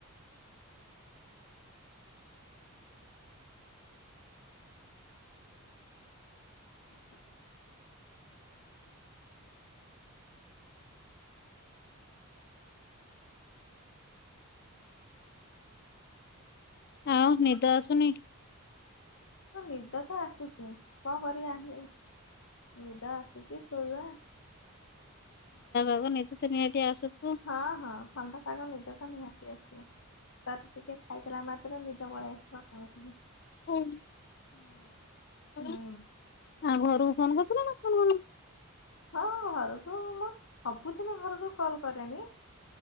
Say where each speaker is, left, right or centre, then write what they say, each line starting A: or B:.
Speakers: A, on the left (about 65°); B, on the left (about 45°).
A: <inaudible>
B: ଆଉ
A: ହଁ
B: ନିଦ ଆସୁନି
A: ନିଦ ତ ଆସୁଚି। କଣ କରିବା? ନିଦ ଆସୁଚି ଶୋଇବା।
B: <unintelligible> ନିଦ ତ ନିହାତି ଆସୁଥିବ।
A: ହଁ ହଁ ଥଣ୍ଡା ପାଗ। ନିଦ ତ ନିହାତି ଆସିବ। ତାଠୁ ଟିକେ ଖାଇ ଦେଲା ମାତ୍ରେ ନିଦ ପଳେଇ ଆସିବ ଅଟୋମେଟିିକ୍।
B: ହୁଁ।
A: ହୁଁ।
B: ଆଉ ଘରକୁ ଫୋନ୍ କରିଥିଲା ନା କଣ?
A: ହଁ ଘରକୁ, ମୁଁ ସବୁଦିନ ଘରକୁ କଲ୍ କରେନି।